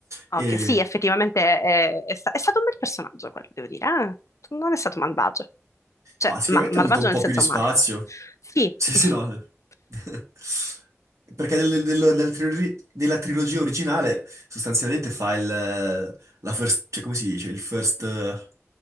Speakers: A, on the left; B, on the right.
A: ok,
B: E
A: sì, effettivamente è, è sta- è stato un bel personaggio quello, devo dire. eh. Non è stato malvagio. Cioè,
B: Ah, sicuramente
A: ma- malvagio
B: ha avuto un
A: nel
B: po'
A: senso
B: più di spazio.
A: male. Sì,
B: Sì,
A: <laughs>
B: sì, no. <laughs> Perché nel- nel- nella trilogi- nella trilogia originale sostanzialmente fa il... eh, La first, cioè come si dice? Il first... eh,